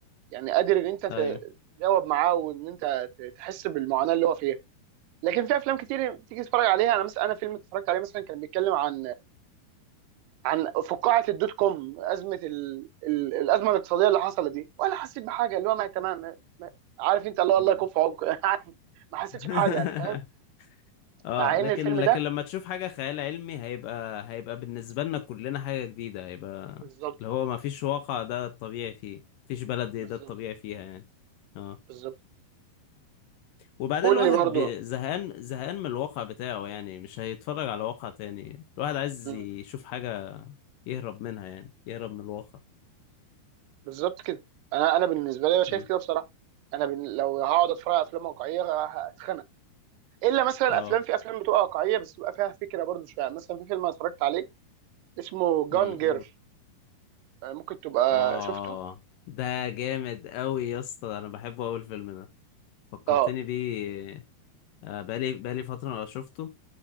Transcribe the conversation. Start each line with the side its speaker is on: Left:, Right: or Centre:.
Right: يعني قادر ان انت
Left: ايوه
Right: تجاوب معاه وان انت ت- تحس بالمعاناه اللي هو فيها لكن في افلام كتير تيجي تتفرج عليها انا مثلا انا فيلم اتفرجت عليه مثلا كان بيتكلم عن عن فقاعه الدوت كوم ازمه ال... ال... الازمه الاقتصاديه اللي حصلت دي ولا حسيت بحاجه اللي هو ما تمام ما- ما- عارف انت الله
Left: مم.
Right: الله يكون في عمق <laughs> عارف ما حسيتش
Left: <laughs>
Right: بحاجه يعني فاهم
Left: اه
Right: مع ان
Left: لكن
Right: الفيلم
Left: لكن
Right: ده
Left: لما تشوف حاجة خيال علمي هيبقى هيبقى بالنسبة لنا كلنا حاجة جديدة هيبقى
Right: بالظبط
Left: اللي هو ما فيش واقع ده الطبيعي فيه مفيش بلد ده
Right: بالظبط
Left: الطبيعي فيها يعني اه
Right: بالظبط
Left: وبعدين
Right: قول
Left: الواحد
Right: لي برضو
Left: بي- زهقان زهقان من الواقع بتاعه يعني مش هيتفرج على واقع تاني الواحد عايز
Right: مم.
Left: يشوف حاجة يهرب منها يعني يهرب من الواقع
Right: بالظبط كده انا انا بالنسبه لي انا شايف
Left: مم.
Right: كده بصراحه انا بن... لو هقعد اتفرج على افلام واقعيه ه- هتخنق الا مثلا
Left: اه
Right: افلام في افلام بتبقى واقعيه بس بيبقى فيها فكره برضو شويه يعني مثلا في فيلم أنا اتفرجت عليه اسمه جان
Left: امم
Right: جيرل
Left: قول
Right: آه، ممكن تبقى
Left: اه
Right: شفته
Left: ده جامد قوي يا اسطى انا بحبه اول فيلم ده فكرتني
Right: اه
Left: بيه آه، بقالي بقالي فترة ما شفته